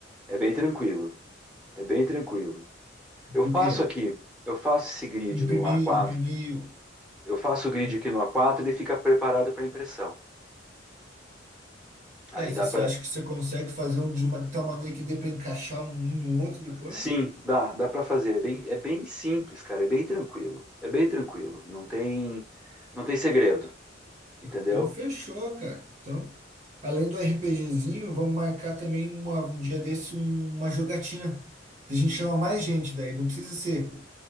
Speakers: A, in the centre; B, on the right.
A: É bem tranquilo. É bem tranquilo. Eu
B: Do
A: faço
B: que
A: aqui, eu faço esse grid
B: imprimir,
A: no A4,
B: imprimir.
A: eu faço o grid
B: em-
A: aqui no A4 e ele fica preparado para impressão.
B: Cara,
A: Aí dá
B: se você
A: para,
B: acha que você consegue fazer um de uma tal maneira que dê para encaixar um no outro depois?
A: sim, dá, dá para fazer. É bem, é bem simples, cara, é bem tranquilo, é bem tranquilo. Não tem, não tem segredo, entendeu?
B: Então fechou, cara. Então Além do RPGzinho, vamos marcar também uma- um dia desse um- uma jogatina. A gente chama mais gente daí. Não precisa ser